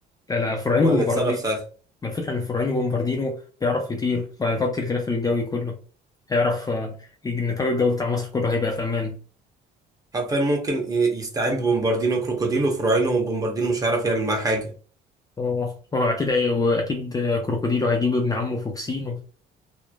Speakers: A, on the left (about 20°); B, on the right (about 20°).
A: لا لا فروعينو
B: هو
A: بومباردينو
B: اللي اتصرف ساعتها
A: ما الفكرة ان فروعينو بومباردينو بيعرف يطير فهيغطي الغلاف الجوي كله هيعرف آه، النطاق الجوي بتاع مصر كله هيبقى في امان
B: حرفيا ممكن ي- يستعين ببومباردينو كروكوديلو فراينو وبومباردينو مش هيعرف يعمل معاه حاجة
A: اه هو اكيد هي واكيد آه، كروكوديلو هيجيب ابن عمه فوكسينو